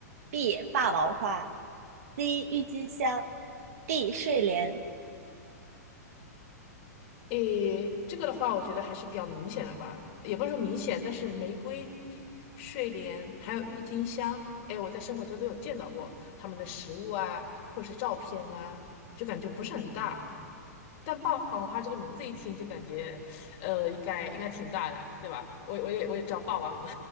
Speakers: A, on the right; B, on the left.
A: ，B. 霸王花，C. 郁金香，D. 睡莲。
B: 诶，这个的话，我觉得还是比较明显的吧，也不是说明显，但是玫瑰、睡莲还有郁金香，诶，我在生活中都有见到过它们的实物啊，或者是照片啊，就感觉不是很大。但霸王花这个名字一听就感觉，呃，应该应该挺大的，对吧？我我也我也知道霸王龙，